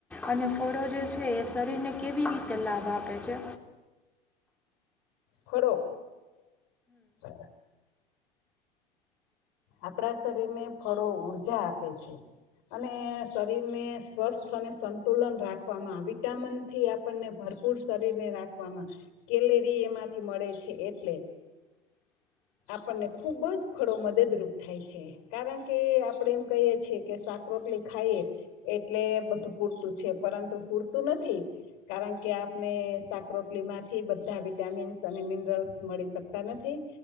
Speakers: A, in the centre; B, on the left.
A: અને ફળો જે છે એ શરીરને કેવી રીતે લાભ આપે છે
B: ખળો હમ આપણા શરીરને ફળો ઉઊર્જા આપે છે અને શરીરને સ્વસ્થ અને સંતુલન રાખવામાં વિટામિનથી આપણને ભરપૂર શરીરને રાખવામાં કેલેરી એમાંથી મળે છે એટલે આપણને ખૂબ જ ફળો મદદરૂપ થ છે કારણ કે આપણેે એમ કહીએ છીએ કે સાકરોટલી ખાઈએ એટલે બધું પૂરતું છે પરંતુ પૂરતું નથી કારણ કે આપણે સાકરોટલી માંથી બધા વિટામિન્સ અને મિનરલ્સ મળી શકતા નથી